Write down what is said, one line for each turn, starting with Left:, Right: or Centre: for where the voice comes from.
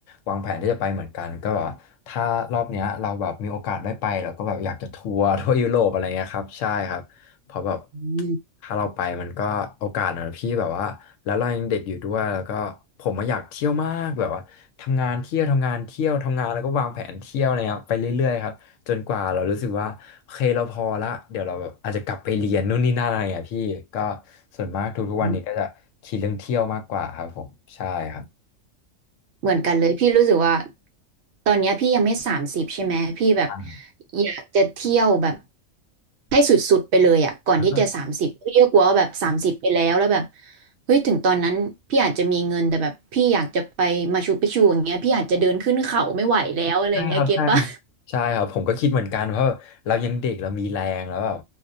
Left: วางแผนที่จะไปเหมือนกันก็แบบว่าถ้ารอบเนี้ยเราแบบมีโอกาสได้ไปเราก็แบบอยากจะทัวร์ทั่วยุโรปอะไรเงี้ยครับใช่ครับเพราะแบบ
Right: อื
Left: ถ้าเราไปมันก็โอกาสนะพี่แบบว่าแล้วเรายังเด็กอยู่ด้วยแล้วก็ผมมาอยากเที่ยวมากแบบว่าทำงานเที่ยวทำงานเที่ยวทำงานแล้วก็วางแผนเที่ยวอะไรเงี้ยไปเรื่อยๆครับ จนกว่าเรารู้สึกว่าโอเคเราพอละเดี๋ยวเราแบบอาจจะกลับไปเรียนนู่นนี่นั่นอะไรอย่างเงี้ยพี่ก็ส่วนมากทุกๆวันนี้ก็จะคิดเรื่องเที่ยวมากกว่าครับผมใช่ครับ
Right: ม เหมือนกันเลยพี่รู้สึกว่าตอนเนี้ยพี่ยังไม่สามสิบใช่ไหมพี่แบบ
Left: อ่า
Right: อยากจะเที่ยวแบบให้สุดๆไปเลยอ่ะก่อนที่จะสามสิบพี่ก็กลัวว่าแบบสามสิบไปแล้วแล้วแบบ
Left: แล้วก็
Right: เฮ้ยถึงตอนนั้นพี่อาจจะมีเงินแต่แบบพี่อยากจะไปมาชูปิกชูอย่างเงี้ยพี่อาจจะเดินขึ้นเขาไม่ไหวแล้วอะไรอย่างเงี้ยเก็ตปะ
Left: ใช่ครับใช่ครับใช่ครับผมก็คิดเหมือนกันเพราะแบบเรายังเด็กเรามีแรงแล้วแบบ